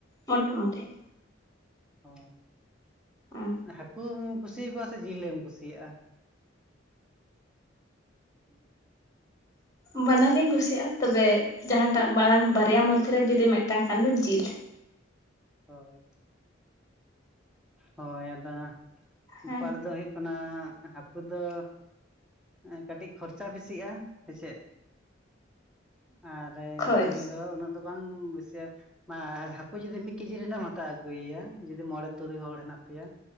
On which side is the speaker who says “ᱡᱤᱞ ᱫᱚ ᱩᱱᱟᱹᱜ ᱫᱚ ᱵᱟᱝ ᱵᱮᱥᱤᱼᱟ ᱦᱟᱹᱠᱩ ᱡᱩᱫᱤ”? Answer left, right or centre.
Centre